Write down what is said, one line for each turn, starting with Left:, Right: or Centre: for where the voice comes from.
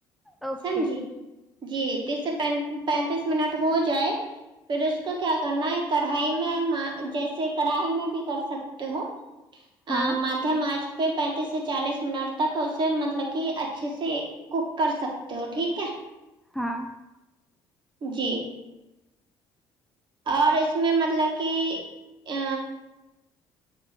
Centre: اوکے
Right: سمجی جی تیس سے پینتیس منٹ ہو جائے پھر اس کو کیا کرنا ہے کڑھائی میں جیسے کڑھائی میں بھی کر سکتے ہو
Centre: ہاں
Right: آ م آچ پہ پینتیس سے چالیس منٹ تک اسے مطلب کہ اچھے سے کوک کر سکتے تو ٹھیک ہے
Centre: ہاں
Right: جی اور اس میں مطلب کہ ا